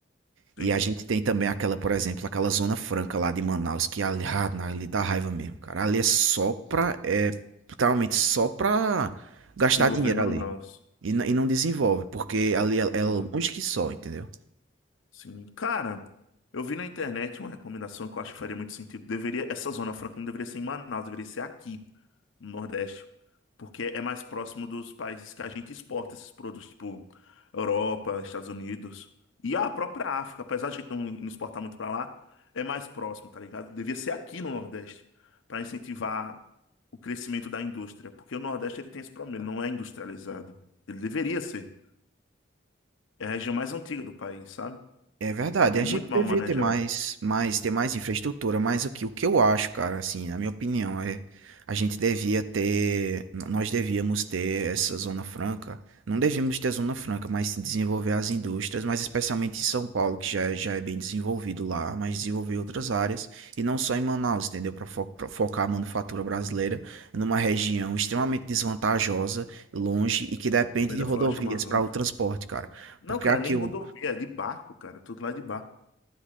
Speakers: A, on the left; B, on the right.
A: tem.
B: E a gente tem também aquela, por exemplo, aquela Zona Franca lá de Manaus, que ali, ah, na- ali dá raiva mesmo, cara. Ali é só pra. É, literalmente só pra gastar
A: Desenvolver
B: dinheiro
A: Manaus.
B: ali. E, n- e não desenvolve, porque ali é, é
A: Coisa
B: longe que só, entendeu?
A: assim. Cara, eu vi na internet uma recomendação que eu acho que faria muito sentido. Deveria, essa Zona Franca não deveria ser em Manaus, deveria ser aqui. no Nordeste, porque é mais próximo dos países que a gente exporta esses produtos, tipo Europa, Estados Unidos e a própria África, apesar de a gente não não exportar muito pra lá, é mais próximo, tá ligado? Devia ser aqui no Nordeste pra incentivar o crescimento da indústria, porque o Nordeste ele tem esse problema, ele não é industrializado. Ele deveria ser. É a região mais antiga do país, sabe?
B: É verdade,
A: É
B: a
A: muito
B: gente
A: mal
B: devia
A: manejado,
B: ter mais,
A: no
B: mais, ter mais infraestrutura, mas o que, o que eu acho, cara, assim, na minha opinião, é a gente devia ter, n- nós devíamos ter essa zona franca, não devíamos ter zona franca, mas sim desenvolver as indústrias, mas especialmente em São Paulo, que já, é- já é bem desenvolvido lá, mas desenvolver outras áreas, e não só em Manaus, entendeu? Para focar a manufatura brasileira numa região extremamente desvantajosa, longe, e que depende
A: meio
B: de
A: da
B: rodovias
A: floresta amazônica.
B: para o transporte, cara,
A: Não,
B: porque
A: cara,
B: aqui
A: nem
B: o
A: rodovia, é de barco, cara, tudo lá é de barco.